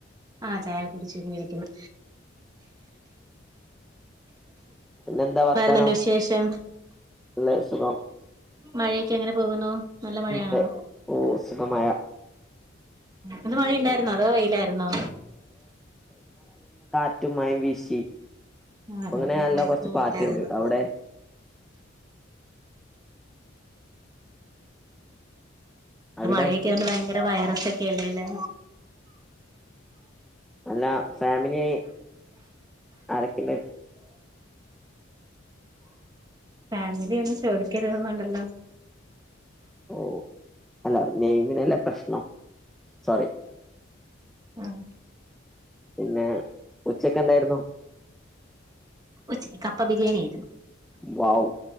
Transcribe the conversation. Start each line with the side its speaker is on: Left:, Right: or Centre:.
Right: ആ ചായൊക്കുടിച്ചിങ്ങനിരിക്ക്ന്ന്‌.
Centre: പിന്നെന്താ വർത്താനം
Right: വേറെന്തുണ്ട് വിശേഷം?
Centre: നല്ല സുഖം
Right: മഴയെക്കെ എങ്ങനെ പോകുന്നു? നല്ല മഴയാണോ
Centre: <unintelligible> ഓ സുഖമഴ. <inaudible>
Right: ഇന്ന് മഴയുണ്ടായിരുന്നോ അതോ വെയിലായിരുന്നോ?
Centre: റ്റും മയേം വീശി.
Right: ആ
Centre: അങ്ങനെ
Right: ഇന്നിവിടെ
Centre: നല്ല
Right: ഭയങ്കരവെയിലാരുന്നു.
Centre: കുറച്ച് പാറ്റുണ്ട് അവിടെ
Right: ഇന്ന്‌
Centre: അവിടെ
Right: മഴയക്കെ നല്ല ഭയങ്ക ടെ വൈറസൊക്കെയല്ലേലേ?
Centre: അല്ല ഫാമിലി ആരെക്കെണ്ട്?
Right: ഫാമിലി ഒന്നും ചോദിക്കരുതെന്നുണ്ടല്ലോ.
Centre: ഓ അല്ല നെയ്മിനല്ല പ്രശ്നം സോറി.
Right: ആഹ്
Centre: പിന്നെ ഉച്ചക്കെന്തായിരുന്നു?
Right: ഉച്ചക്ക് കപ്പ ബിരിയാണിയാരുന്നു.
Centre: വാവ്